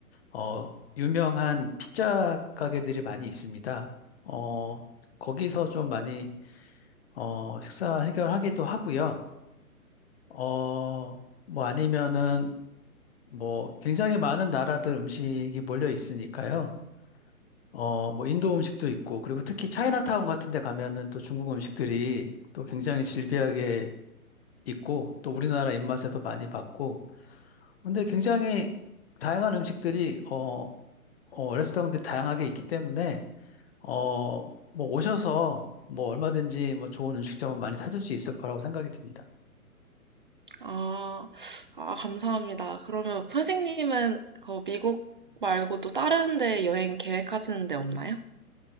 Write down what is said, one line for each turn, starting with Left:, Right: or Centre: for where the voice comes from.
Left: 어, 유명한 피자 가게들이 많이 있습니다. 어, 거기서 좀 많이, 어, 식사 해결하기도 하고요. 어, 뭐 아니면은 뭐 굉장히 많은 나라들 음식이 몰려 있으니까요. 어, 뭐 인도 음식도 있고, 그리고 특히 차이나타운 같은 데 가면은 또 중국 음식들이 또 굉장히 질비하게 있고, 또 우리나라 입맛에도 많이 맞고, 근데 굉장히 다양한 음식들이 어, 어, 레스토랑들이 다양하게 있기 때문에 어, 뭐 오셔서 뭐 얼마든지 뭐 좋은 음식점은 많이 찾을 수 있을 거라고 생각이 듭니다.
Right: 아, 아, 감사합니다. 그러면 선생님은 그 미국 말고 또 다른 데 여행 계획하시는 데 없나요?